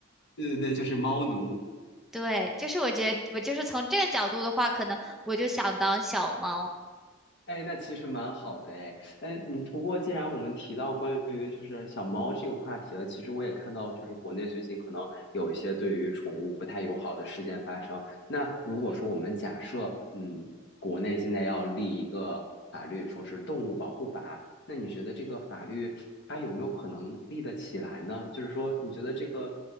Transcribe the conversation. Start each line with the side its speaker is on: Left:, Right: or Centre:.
Left: 对对对，就是猫奴。
Centre: 对，就是我觉得我就是从这个角度的话，可能我就想当小猫。
Left: 哎，那其实蛮好的哎，哎，你不过既然我们提到关于就是小猫这个话题了，其实我也看到就是国内最近可能有一些对于宠物不太友好的事件发生。那如果说我们假设，
Centre: 嗯
Left: 嗯，国内现在要立一个法律，说是动物保护法，那你觉得这个法律它有没有可能立得起来呢？就是说，你觉得这个